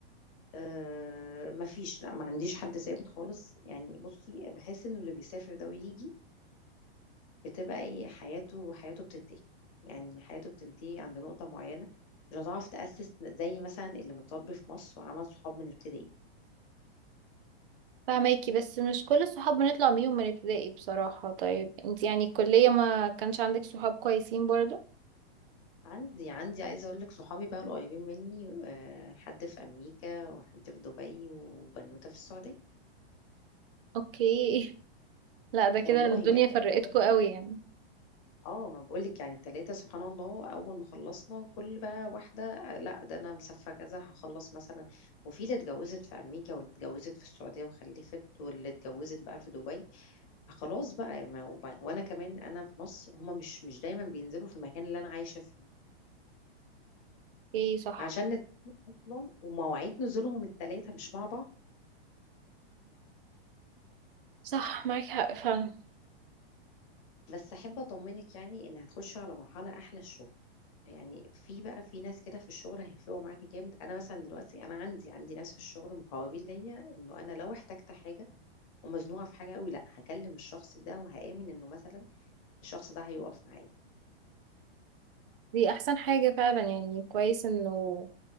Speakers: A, on the left; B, on the right.
A: آه، مفيش لا ما عنديش حد ثابت خالص يعني بصي بحس انه اللي بيسافر ده ويجي بتبقى ايه حياته حياته بتنتهي يعني حياته بتنتهي عند نقطة معينة مش هتعرف تأسس زي مثلا اللي متربي في مصر وعمل صحاب من ابتدائي
B: فهماكي بس مش كل الصحاب بنطلع بيهم من ابتدائي بصراحة طيب انت يعني الكلية ما كانش عندك صحاب كويسين برضو
A: عندي عندي عايزة اقول لك صحابي بقى القريبين مني آه، حد في امريكا وحد في دبي وبنوتة في السعودية
B: اوكي <laughs> لا ده كده
A: والله
B: الدنيا
A: يعني
B: فرقتكوا
A: التلاتة-
B: قوي يعني
A: اه ما بقول لك يعني التلاتة سبحان الله اول ما خلصنا كل بقى واحدة آه، لا ده انا مسافة كذا هخلص مثلا وفي اللي اتجوزت في امريكا واللي اتجوزت في السعودية وخلفت واللي اتجوزت بقى في دبي فخلاص بقى يعني ما وب- وانا كمان انا في مصر هما مش مش دايما بينزلوا في المكان اللي انا عايشة فيه
B: ايه صح
A: عشان اصلا ومواعيد نزولهم التلاتة مش مع بعض
B: صح معاك حق فعلا
A: بس احب اطمنك يعني ان هتخشي على مرحله احلى الشغل يعني في بقى في ناس كده في الشغل هيفرقوا معاكي جامد انا مثلا دلوقتي انا عندي عندي ناس في الشغل مقربين ليا انه انا لو احتجت حاجه ومزنوقه في حاجه قوي لا هكلم الشخص ده وهامن انه مثلا الشخص ده هيقف معايا
B: دي احسن حاجة فعلا يعني كويس انه